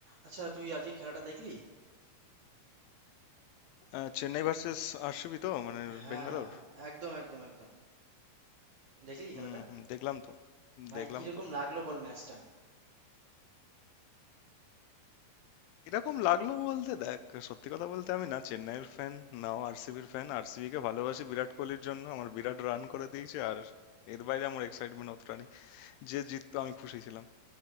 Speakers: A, on the right; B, on the left.
A: আচ্ছা তুই আজকে খেলাটা দেখলি
B: আহ, চেন্নাই ভার্সেস আরসিবি তো মানে
A: হ্যাঁ
B: বেঙ্গালোর
A: হ্যাঁ হ্যাঁ একদম একদম একদম দেখলি
B: হুম
A: খেলাটা
B: হুম দেখলাম তো
A: ভাই
B: দেখলাম
A: কিরকম
B: তো
A: লাগলো বল ম্যাচটা
B: এরকম লাগলো বলতে দেখ সত্যি কথা বলতে আমি না চেন্নাইয়ের ফ্যান নাও আরসিবির ফ্যান আরসিবি কে ভালোবাসি বিরাট কোহলির জন্য আমার বিরাট রান করে দিয়েছে আর এর বাইরে আমার এক্সাইটমেন্ট অতটা নেই যে জিততো আমি খুশি ছিলাম